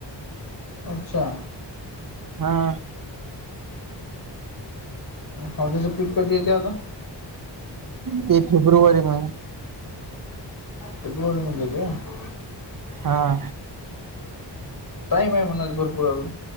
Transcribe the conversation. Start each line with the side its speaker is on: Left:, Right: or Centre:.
Left: अच्छा.
Right: हा.
Left: हळदीच पिक कधी येते आता.
Right: ते फेब्रुवारी ला.
Left: फेब्रुवारीमध्येेयेते.
Right: हा.
Left: टाईम आहे म्हणस भरपूर अजून.